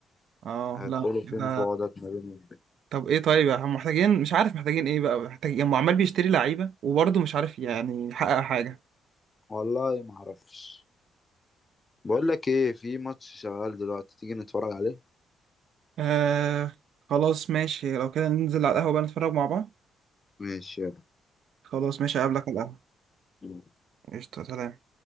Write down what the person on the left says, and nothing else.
هيدخلوا
في مفاوضات ما بينهم
والله ما اعرفش بقول لك ايه في ماتش شغال دلوقتي تيجي نتفرج عليه
ماشي
يلا